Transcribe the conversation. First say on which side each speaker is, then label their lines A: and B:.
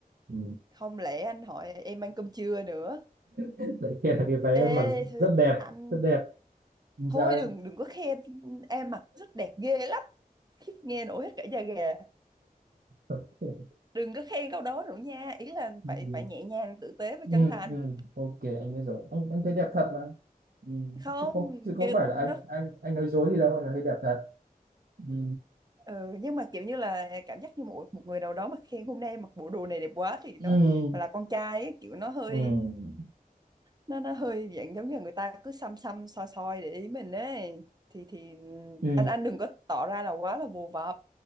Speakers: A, on the right (about 75°); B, on the right (about 25°).
A: ừ.
B: không lẽ anh hỏi em ăn cơm trưa nữa
A: đấy kia là cái váy
B: ê
A: em mặc rất đẹp
B: anh
A: rất đẹp làm
B: thôi
A: sao em
B: đừng đừng có khen em mặc rất đẹp ghê lắm khiếp nghe nổi hết cả da gà
A: <laughs>
B: đừng có khen câu đó nữa nha ý là
A: ừ
B: phải phải nhẹ nhàng tử tế và
A: ừ
B: chân thành
A: ừ. ok anh biết rồi anh anh thấy đẹp thật mà ừ.
B: không
A: chứ có chứ có
B: kì-
A: phải là
B: nó
A: anh anh anh nói dối gì đâu anh nói thấy đẹp thật ừ
B: ừ, nhưng mà kiểu như là cảm giác như một một người nào đó mà khen hôm nay mặc bộ đồ này đẹp quá thì
A: ừ
B: nó mà là con trai ấy, kiểu nó hơi
A: ừ
B: nó nó hơi dạng giống như là người ta cứ xăm xăm soi soi để ý mình ấy thì thì
A: ừ
B: anh anh đừng có tỏ ra là quá là vồ vập